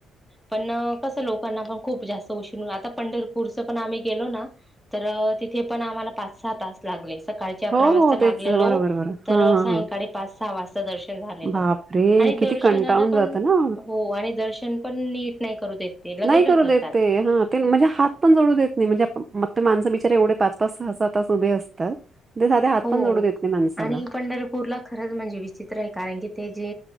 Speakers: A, in the centre; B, on the right.
A: पण क लक ण खूप जास्त उण आता पंढरपूर पण आम्ही गेलो ना तर तिथे पण आम्हाला पाच सहा तास लागले सकाळ अकरा
B: हो,
A: वाजता
B: हो,
A: लागलेलो
B: तेच बरोबर, बरोबर.
A: तर
B: हां, हां,
A: सायळी
B: हां.
A: पाच सहा वाजता दर्शन झालेलं
B: बापरे! किती
A: दर्शनाला
B: कंटाळून
A: पण
B: जातं ना.
A: हो आणि दर्शन पण नीट नाही करू देत ते लगेच
B: नाही करू
A: ढकलतात.
B: देत ते हा ते म्हणजे हात पण जोडू देत नाही म्हणजेण मग त माणस बचार एवढे पाच पाच सहा सात तास उभे असतात ते साधे हात
A: हो
B: पण जोडू देत नाही माणसाला.
A: आणि पंढरपूरला खरंच म्हणजे विचित्र आहे कारण की ते जे